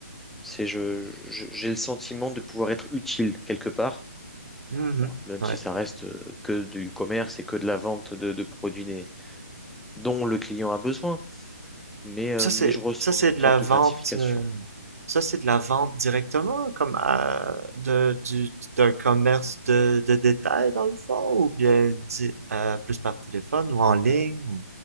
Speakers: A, in the centre; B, on the right.
A: C'est, je, je- j'ai le sentiment de pouvoir être utile quelque part.
B: Mhm.
A: Bon, même
B: Ouais.
A: si ça reste euh, que du commerce et que de la vente de, de produits nés- dont le client a besoin, mais, euh,
B: Ça, c'est,
A: mais je ressens
B: ça, c'est
A: une
B: de
A: sorte
B: la
A: de
B: vente,
A: gratification.
B: euh, ça, c'est de la vente directement, comme euh, de, du, d'un commerce de, de détail, dans le fond, ou bien di- euh, plus par téléphone ou en ligne.
A: Euh,
B: ou-